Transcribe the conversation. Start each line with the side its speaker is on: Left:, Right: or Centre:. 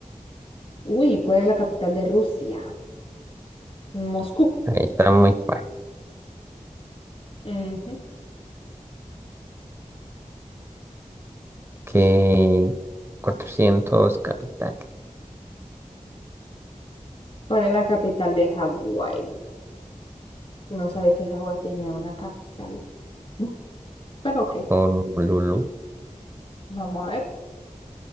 Left: Uy, ¿cuál es la capital de Rusia? Moscú.
Right: ahí está muy fácil.
Left: Ujú.
Right: Que 400 capital.
Left: ¿Cuál es la capital de Hawái? No sabía que Hawái tenía una capital. <laughs> Pero ok,
Right: Honolulu.
Left: vamos a ver.